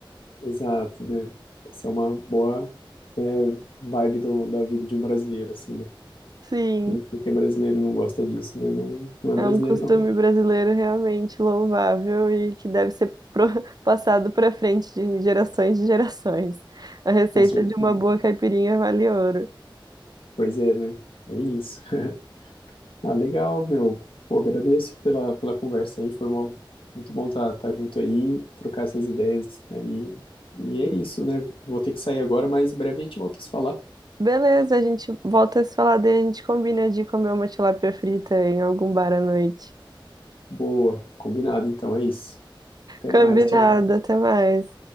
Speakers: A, on the left; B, on the right.
A: Exato, né? Essa é uma boa, é, vibe do, da vida de um brasileiro, assim, né?
B: Sim,
A: Quem, quem que é brasileiro não gosta disso, né? Não, não é
B: é
A: brasileiro,
B: um costume
A: não.
B: brasileiro realmente louvável e que deve ser pro- <laughs> passado para frente de gerações de gerações. A receita
A: Com certeza.
B: de uma boa caipirinha vale ouro.
A: Pois é, né? É isso. <laughs> Ah, legal, meu. Pô, agradeço pela, pela conversa aí. Foi uma- muito bom estar tá, tá junto aí, trocar essas ideias aí. E é isso, né? Vou ter que sair agora, mas em breve a gente volta a se falar.
B: Beleza, a gente volta a se falar daí, a gente combina de comer uma tilápia frita em algum bar à noite.
A: Boa, combinado. Então é isso. Até
B: Combinado.
A: mais. Tchau, tchau.
B: até mais.